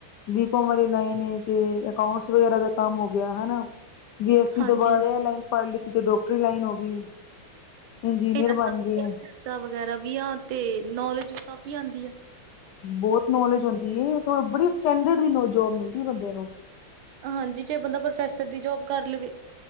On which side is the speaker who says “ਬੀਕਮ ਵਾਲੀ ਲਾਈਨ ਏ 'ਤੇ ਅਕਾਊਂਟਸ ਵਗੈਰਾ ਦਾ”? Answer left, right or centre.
Left